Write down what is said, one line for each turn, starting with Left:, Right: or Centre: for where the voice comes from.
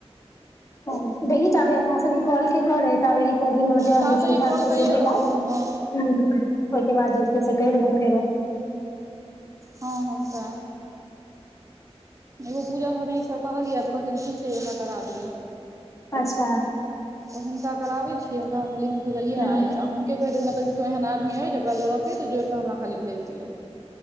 Left: ह दही ताबै अपना सभ इनकुइरी करै तऽ रड मजा
Right: ता
Left: होइ
Right: तऽ ई
Left: त
Right: कॉल कैए
Left: देखब
Right: रहल
Left: ह
Right: छी हँ
Left: ओहिके बाद जे छैय से कहि देबन फेरो।
Right: हँ हँ से एगो पूजा भी कहलियऽ तऽ कहलकै छैमे करा दियअ
Left: अच्छा।
Right: तऽ हुनका कराबै छियै हुनका हम लिक भेजलियै
Left: हूँ
Right: आय हुनके। कहि देबै नहि तऽ केओ एहन आदमी अइ जकरा जोड़ऽके अइ तऽ जोड़ि कऽ हमरा खाली भेज दिआ